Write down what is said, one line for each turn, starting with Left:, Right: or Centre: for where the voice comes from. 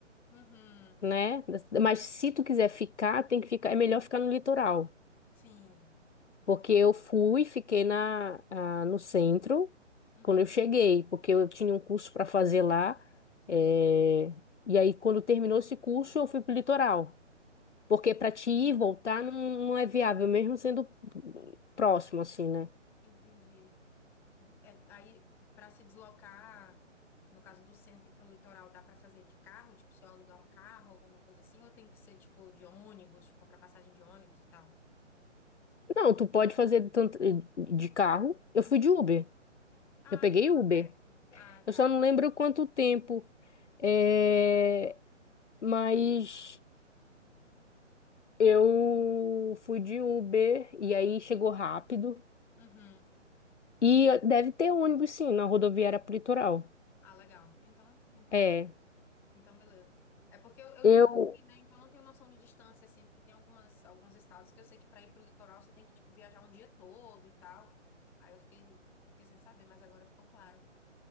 Centre: Uhum,
Left: né? Mas se tu quiser ficar, tem que ficar. É melhor ficar no litoral.
Centre: sim,
Left: Porque eu fui, fiquei na, ah, no centro
Centre: uhum,
Left: quando eu cheguei, porque eu tinha um curso para fazer lá.
Centre: sim,
Left: eh, E aí, quando terminou esse curso, eu fui para o litoral. Porque para te ir e voltar não, não é viável, mesmo sendo próximo, assim, né?
Centre: entendi. É, aí, para se deslocar, no caso do centro para o litoral, dá para fazer de carro? Tipo, se eu alugar um carro, alguma coisa assim? Ou tem que ser, tipo, de ônibus, tipo, comprar passagem de ônibus e tal?
Left: Não, tu pode fazer tanto eh, de carro. Eu
Centre: Uhum.
Left: fui de Uber.
Centre: Ah,
Left: Eu peguei
Centre: então
Left: Uber.
Centre: é perto. Ah,
Left: Eu
Centre: tá.
Left: só não lembro quanto tempo, eh, mas eu fui de Uber e aí chegou rápido.
Centre: Uhum.
Left: E deve ter ônibus, sim, na rodoviária pro litoral.
Centre: Ah, legal. Então, então,
Left: É.
Centre: beleza. Então, beleza. É porque eu, eu
Left: Eu.
Centre: nunca fui, né? Então, eu não tenho noção de distância, assim, porque tem algumas, alguns estados que eu sei que para ir pro litoral você tem que, tipo, viajar um dia todo e tal. Aí eu fiquei, fiquei sem saber, mas agora ficou claro.